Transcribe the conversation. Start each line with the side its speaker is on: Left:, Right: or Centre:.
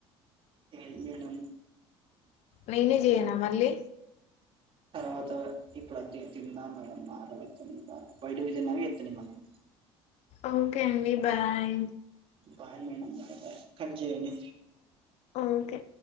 Right: చేయను మేడం
Left: నేనే జేయనా మళ్ళీ
Right: తర్వాత ఇప్పుడు అ తి తిందాం మేడం ఆకలైతుంది బాగ బయటి పోయి తిందామా ఇత్తి తిందామా
Left: ఓకే అండి bye
Right: bye madam bye bye cut చేయండి
Left: ఓకే